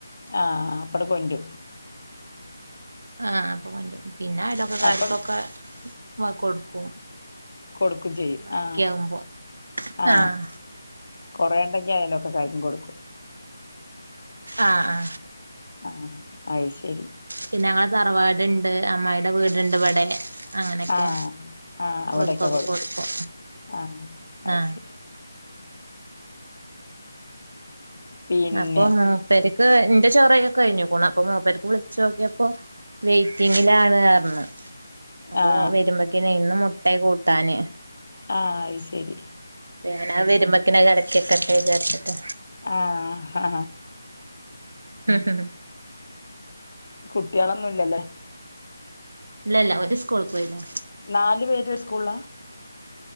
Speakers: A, on the left; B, on the right.
A: ആ അപ്പടെ കൊണ്ടു
B: ആ അപ്പൊ കൊണ്ടും പിന്നെ അയൽവക്കക്കാര്ക്കൊക്കെ
A: അപ്പൊ
B: കൊടുക്കും
A: കൊടുക്കും ചെയ്യും
B: ബാക്കിയാവുമ്പോ
A: ആ ആ
B: ആഹ്
A: കൊറേണ്ട ങ്കി അയൽവക്കക്കാര്ക്കും കൊടുക്കും
B: ആ ആ
A: ആ അത്ശെരി
B: പിന്നെ ഞങ്ങളെ തറവാട്ണ്ട് അമ്മായിടെ വീട്ണ്ട് ഇവിടെ അങ്ങനൊക്കെ
A: ആഹ് ആഹ് അവിടെക്കെ
B: ഓൽക്കൊക്കെ കൊടുക്കും
A: ആഹ് അത്
B: ആ
A: ശരി പിന്നെ
B: അപ്പൊ മൂപ്പര് ക്ക് ന്റെ ചോറൊക്കെ കഴിഞ്ഞുക്കുണു അപ്പൊ മൂപ്പര്ക്ക് വിളിച്ചോക്കിയപ്പോ വെയിറ്റിങ്ങിലാണ് റഞ്ഞു അപ്പൊ
A: ആഹ്
B: വരുമ്പക്ക്നെ ഇന്ന് മുട്ടെ കൂട്ടാന്
A: ആ അത് ശെരി
B: പ്പേക്കിന് അത് വരുമ്പേക്കിന് അത് കലക്കി വെക്കട്ടെ ചാരിച്ചിട്ട്
A: ആ ആ
B: ഹ് ഹ് ഹ്
A: കുട്ട്യാളൊന്നുംല്ല ല്ലേ
B: ഇല്ല ല്ല ഓല് സ്കൂൾ പോയില്ലേ
A: നാലു പേരും ഒരു സ്കൂളില